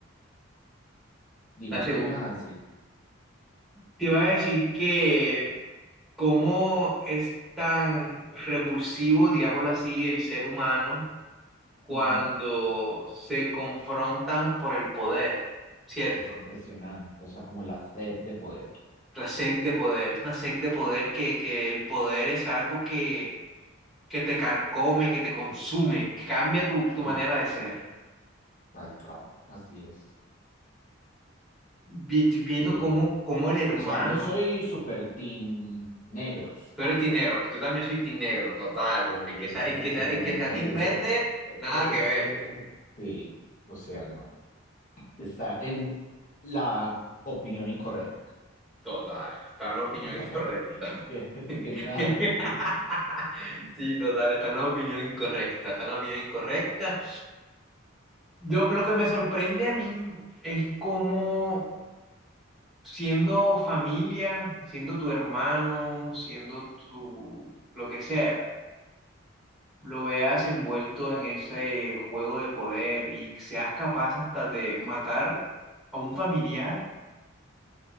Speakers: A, on the left; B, in the centre.
A: dime,
B: La segu-
A: ¿qué me ibas a decir?
B: Te iba a decir que cómo es tan repulsivo, digámoslo así, el ser humano cuando
A: Ujú,
B: se confrontan por el poder, ¿cierto?
A: Es impresionante, o sea, como la sed de poder.
B: La sed de poder, es una sed de poder que, que el poder es algo que que te carcome, que te consume, que cambia tu,
A: Sí,
B: tu manera de ser.
A: tal cual, así es.
B: Vi- Estoy viendo
A: Sí,
B: cómo, cómo el hermano,
A: o sea, yo soy super team negros.
B: tú eres tinegro, yo también soy tinegro,
A: Uf,
B: total.
A: Obvio,
B: El que
A: yo
B: sea,
A: soy
B: el
A: super
B: que sea, el
A: team
B: que sea
A: negro,
B: tin
A: ese,
B: verde,
A: es,
B: nada que ver,
A: es, es- e, e, sí, o sea, no. está en la opinión incorrecta.
B: total. Está en la opinión
A: <laughs>
B: incorrecta.
A: ¿Qué,
B: <laughs>
A: qué me ibas a decir?
B: Sí, total, está en la opinión incorrecta, está en la opinión incorrecta. Yo, lo que me sorprende a mí es cómo siendo familia, siendo tu hermano, siendo tu lo que sea, lo veas envuelto en ese juego de poder y seas capaz hasta de matar a un familiar